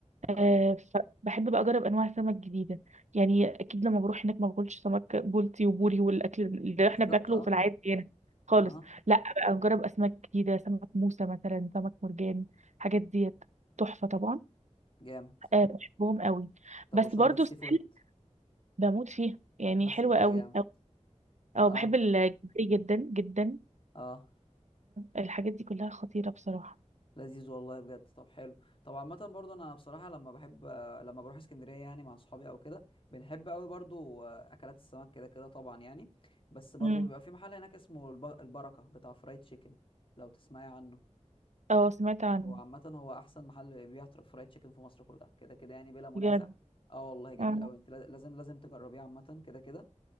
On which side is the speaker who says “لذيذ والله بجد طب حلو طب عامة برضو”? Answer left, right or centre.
Left